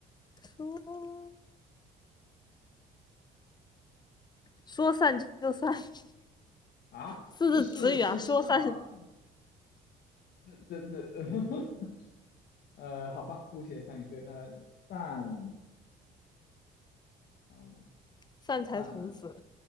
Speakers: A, on the left (about 25°); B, on the left (about 65°).
A: 说说散就散，<laughs>
B: 啊，
A: 四字词语啊，
B: 这是是是吗？
A: 说散
B: 这这这，<laughs> 呃，好吧，姑且算一对。那散。啊，
A: 散财童子，
B: 那